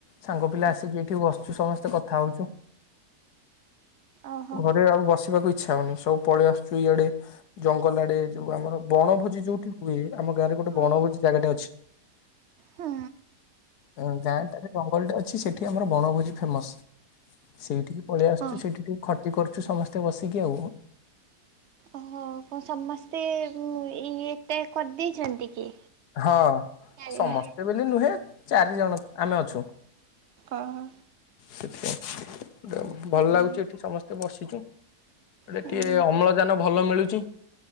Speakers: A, on the left (about 80°); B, on the right (about 65°).
A: ସାଙ୍ଗ ପିଲା ଆସିକି ଏଇଠି ବସୁଛୁ ସମସ୍ତେ କଥା ହଉଛୁ।
B: ଓହୋ
A: ଘରେ ଆଉ ବସିବାକୁ ଇ ଚ୍ଛା ହଉନି ସବୁ ପଳେଇ ଆସୁଚୁ ଇଆଡେ, ଜଙ୍ଗଲ ଆଡେ ଯୋଉ ଆମର ବଣଭୋଜି ଯୋଉଠି ହୁଏ। ଆମ ଗାଁରେ ଗୋଟେ
B: ଓହୋ
A: ବଣଭୋଜି ଜାଗାଟା ଅଛି।
B: ହୁଁ
A: ଅଁ, ଗାଁ ଟାରେ ଜଙ୍ଗଲଟେ ଅଛି ସେ ଏଠି ଆମର ବଣଭୋଜି ଫେମସ୍। ସେଇଠିକି ପଳେଇ ଆସୁଛୁ,
B: ହଁ।
A: ସେଇଠି ଟିକେ ଅଛୁ ସମସ୍ତେ ବସିକି ଆଉ।
B: ଓହୋ କଣ ସମସ୍ତେ ଉଁ, ଏଇ ଏଇଟା କରିଦେଇଛନ୍ତି କି?
A: ହଁ
B: କାଳିଆ
A: ସମସ୍ତେ ବୋଲି ନୁହେଁ ଚାରି ଜଣ ଆମେ ଅଛୁ
B: ଓହୋ
A: ସେଥି ପାଇଁ ଗୋଟେ ଭଲ
B: ହୁଁ
A: ଲାଗୁଚି ଏଠି ସମସ୍ତେ ବସି ସେଟି ଏଠି
B: ହୁଁ
A: ଟିକେ ଅମ୍ଳଜାନ ଭଲ ମିଳୁ ଚି